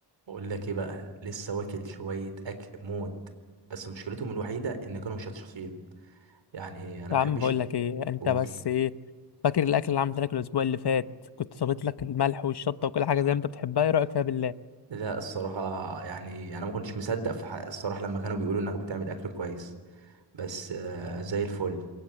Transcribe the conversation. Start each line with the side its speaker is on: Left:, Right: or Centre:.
Right: بقول لك ايه بقى لسه واكل شويه اكل موت بس مشكلتهم الوحيده ان كانوا مشطشطين يعني انا
Left: يا
Right: بحبش
Left: عم بقول لك ايه انت
Right: اقول
Left: بس ايه فاكر الاكل اللي عملت لك الاسبوع اللي فات كنت صابت لك الملح والشطه وكل حاجه زي ما انت بتحبها ايه رايك فيها بالله
Right: لا الصراحه يعني انا ما كنتش مصدق في حق الصراحه لما كانوا بيقولوا انك بتعمل اكل كويس بس آه زي الفل